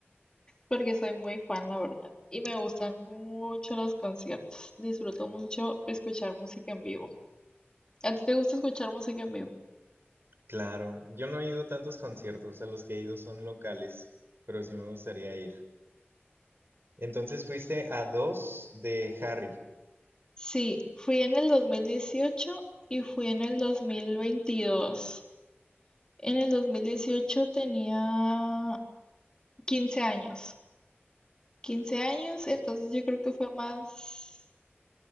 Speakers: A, on the left (about 20°); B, on the right (about 65°).
A: porque soy muy fan, la verdad, y me gustan mucho los conciertos. Disfruto mucho escuchar música en vivo. ¿A ti te gusta escuchar música en vivo?
B: Claro, yo no he ido a tantos conciertos, a los que he ido son locales, pero sí me gustaría ir. Entonces fuiste a dos de Harry.
A: Sí, fui en el 2018 y fui en el 2022. En el 2018 tenía 15 años. quince años, entonces yo creo que fue más,